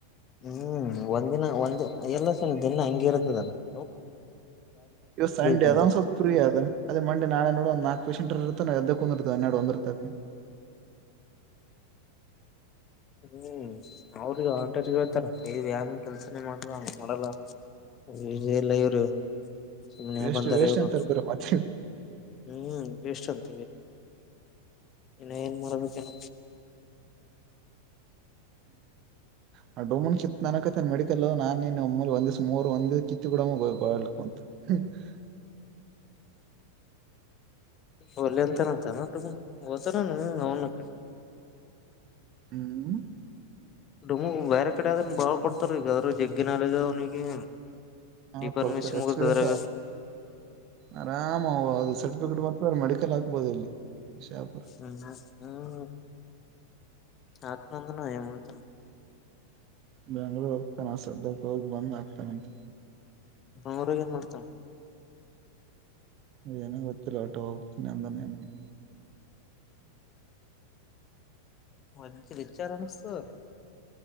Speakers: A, on the left (about 30°); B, on the right (about 40°).
A: ಹ್ಮ್ ಒಂದಿನ ಒಂದ ಎಲ್ಲ ಸಣ ದಿನ ಹಂಗಿ ಇರುತ್ತದಲ್ಲ <unintelligible>
B: ಇವ ಸಂಡೇ
A: ಕುಂತಿರ್ತದ
B: ಅದ ಒಂದ್ ಸ್ವಲ್ಪ ಫ್ರೀ ಅದು ಅದೇ ಮಂಡೆ ನಾಳೆ ನೋಡುವ ಒಂದ್ ನಾಲ್ಕ <unintelligible> ಪೇಶಷೆಂಟ್ ಇರ್ತಾನ ಎದ್ದಕ್ಕ ಹೊಂದಿರ್ತಾವ ಹನ್ನೆರಡು ಒಂದಿರ್ತಕ್
A: ಹ್ಮ್ ಅವ್ರಗ ಆಂಟ್ರ ಹೇಳ್ತಾರ ಇ ನ್ ಕೆಲ್ಸನೇ ಮಾಡಂಗ ಮಾಡಲ್ಲ ಇ ಇಲ್ಲ ಇವ್ರು ಸುಮ್ನೆ
B: ವೇಸ್ಟ್
A: ಬಂದಾರೆ
B: ವೇಸ್ಟ್
A: ಇವರು
B: ಅಂತಾರ ಬರೀ ಮತ್ತೆ
A: ಹ್ಮ್ ಜಷ್ಟಂತ <unintelligible> ಇನ್ನು ಏನ್ ಮರಬೇಕೇನ್
B: ಹ ಡಮನ್ ಚಿತ್ ನನಕನ್ ಮೆಡಿಕಲ್ ನಾನ್ನ್ ಒಮ್ಮ ಒಂದಿಸ್ ಮೂರ್ ಒಂದ ಕತ್ತಗೂಡಮ್ಮ ಗಲ್ಲ ಕಂತು <unintelligible>
A: ಹಲಿ ಅಂತನಂತ ನ ಹಓತಾನ ಅವನು ಕ <unintelligible>
B: ಹ್ಮ್
A: ಡಮು ಬೇರೆ ಕಡೆ ಆದದನ್ ಬಾ ಕೊಡ್ತಾರ ಈಗದ್ರರು ಜಗ್ಗಿನಾಲದ ಅವ್ನಿಗೆ
B: ಹಾ
A: ಡಿಫಾರ್ಮೆಸಿ
B: ಕೊಡ್ತಾರೆ
A: ಮುಗತಗ
B: ಎಕ್ಸ್ಪೀರಿಯನ್ಸ್ ಆರಾಮ ಅದು ಸರ್ಟಿಫಿಕೇಟ್ ಮತ್ತ ಮೆಡಿಕಲ್ ಹಾಕ್ಬೋದು ಇಲ್ಲಿ ಶಾಪುರ್
A: ಹ್ಮ್ ಹ್ಮ ಆತ್ನಂದನ ಎಮಳತಾನ
B: ಬೆಯಾಂಗ್ಳೂರ್ ಹೋಗ್ತಾನ ಸದ್ಯಕ್ಕೆ ಹೋಗಿ ಬಂದ್ ಆಗ್ತಾನಂತ
A: ಮರ ಮಾಡತ
B: ಏನ ಗೊತ್ತರ ಟೋ ಹೋಗತನ ಅಂತಾನೆ ಏನ್ ಮಾಡ
A: ಮ ವಿಚ ಆರಾಮಸು